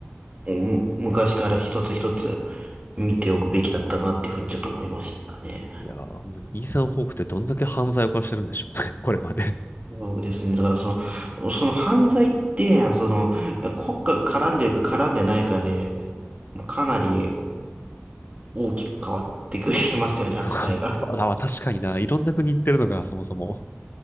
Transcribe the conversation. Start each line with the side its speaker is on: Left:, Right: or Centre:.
Right: む昔から一つ一つ見ておくべきだったなっていうふうにちょっと思いましたね。
Left: いやー、本当に、イーサン・ホークってどんだけ犯罪を犯してるんでしょうね。<laughs> これまで。
Right: そうですね。だからその、その犯罪って、その、国家が絡んでるか絡んでないかで、かなり大きく変わってくれますよね、
Left: そう、
Right: 扱いが。
Left: そうだわ、確かにな。いろんな国行ってるのが、そもそも。